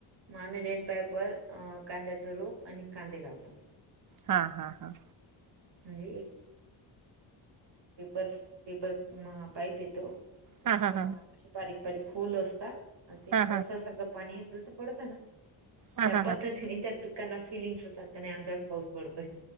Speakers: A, on the right; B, on the right.
A: मग आम्ही रेनपाईप वर कांद्याच रूप आणि कांदे लावतो.
B: हा हा हा.
A: म्हणजे एक पेपर पेपर पाईप येतो.
B: हा हा
A: त्याला
B: हा हा
A: असे बारीक बारीक होल असतात आणि ते
B: हा हा हा
A: पावसासारखं पाणी जसं पडतं ना
B: हा
A: त्या पद्धतीने त्या पिकांना फिलिंग्स होतात आमच्यावर पाऊस पडतोय.